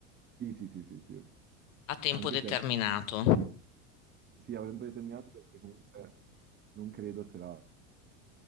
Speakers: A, on the right; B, on the left.
A: Sì, sì, sì, sì, sì.
B: a tempo
A: Anche
B: determinato.
A: se è Sì, a tempo determinato perché comunque non credo se la...